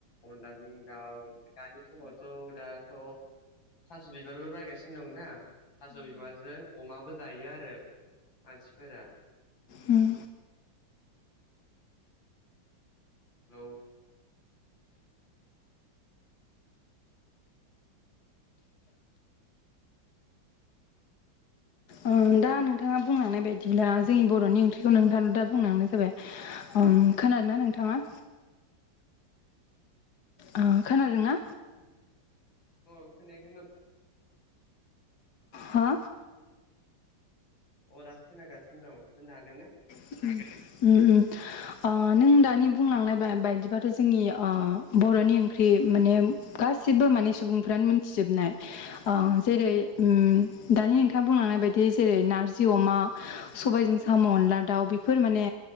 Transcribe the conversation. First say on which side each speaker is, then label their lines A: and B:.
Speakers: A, on the left; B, on the left.
A: अनलाजों दाउ दानि समावथ' दाथ' थास' बिबारबो बायगासिनो दंनाा थास' बिबारजों अमाबो जायो आरो मानसिफोरा
B: उम
A: <unintelligible>
B: ओ दा नोंथाङा बुंलांनाय बायदिब्ला जोंनि बर'नि ओंख्रिखौ नोंथां दा बुंलांनाय जाबाय। उम खोनादोंना नोंथाङा? अ खोनादोंना?
A: अ खमोन
B: हा
A: अरा खोनागासिनो दं होनो हागोन ना
B: <unintelligible> नों दानि बुंलांनाय बायदिबाथ' जोंनि बर'नि ओंख्रि माने गासिबो माने सुबुंफ्रानो मोनथिजोबनाय जेरै
A: औ
B: दानि नोंथाङा बुंलांनाय बायदि जेरै नारजि अमा सबायजों साम' अनला दाउ बेफोर माने